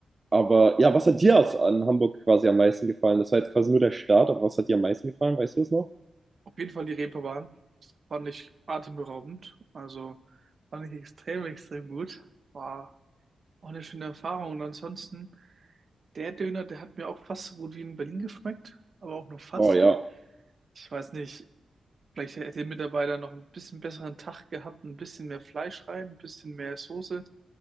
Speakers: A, on the right; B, on the right.
A: Aber ja, was hat dir aus, an Hamburg quasi am meisten gefallen? Das war jetzt quasi nur der Start, aber was hat dir am meisten gefallen? Weißt du es noch?
B: auf jeden Fall die Reeperbahn. Fand ich atemberaubend. Also fand ich extrem, extrem gut. War auch eine schöne Erfahrung. Und ansonsten, der Döner, der hat mir auch fast so gut wie in Berlin geschmeckt, aber auch nur fast.
A: Oh ja.
B: Ich weiß nicht, Vielleicht hätte der Mitarbeiter noch ein bisschen besseren Tag gehabt, ein bisschen mehr Fleisch rein, ein bisschen mehr Soße.